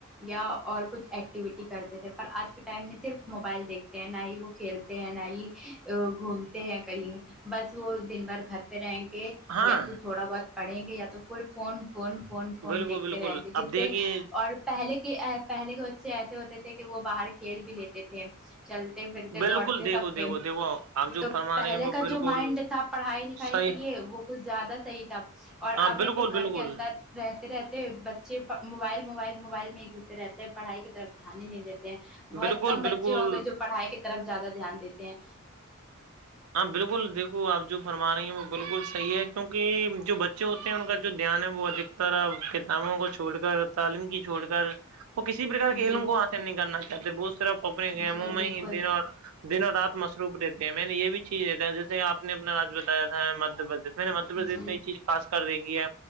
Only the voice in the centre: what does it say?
یا اور کچھ ایکٹیویٹی کرتے تھے پر آج کے ٹائم میں صرف موبائل دیکھتے ہیں نہ ہی وہ کھیلتے ہیں نہ ہی گھومتے ہیں کہیں بس تو دن بھر گھر پے رہیں گے
یا تو تھوڑا بہت پڑھیں گے یا تو full phone phone phone phone
دیکھتے
رہیں گے جس
سے اور پہلے کے پہلے کے بچے ایسے ہوتے تھے کہ وہ باہر کھیل بھی لیتے تھے چلتے پھرتے
دوڑتے
سب تھے
تو
پہلے
کا
جو مائنڈ تھا پڑھائی لکھائی
کے لیے وہ کچھ زیادہ صحیح تھا اور
اب
ہے تو گھر
کے اندر رہتے رہتے بچے موبائل موبائل موبائل میں ہی گھسے رہتے ہیں پڑھائی کی طرف دھیان ہی نہیں دیتے بہت
کم بچے
ہوں گے جو پڑھائی کی طرف زیادہ دھیان دیتے ہیں
جی
جی
بالکل
جی